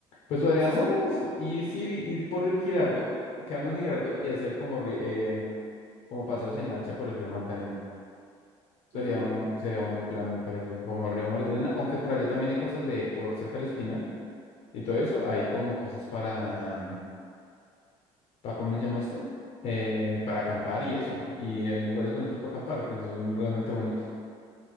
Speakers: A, on the left; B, on the right.
A: Pues podríamos
B: Eso sí. sí.
A: ir, sí, ir por el Girardot, quedarnos en Girardot y hacer como, ri- eh, como paseos en lancha por el río Magdalena. Sería
B: Ujú,
A: un, sería un buen plan, me parece, como el río Magdalena, aunque por allá también hay cosas de por cerca del Espinal y todo eso, hay como cosas para, para ¿cómo se llama esto? Eh, para acampar y eso, y en lugares bonitos para acampar, que son realmente bonitos.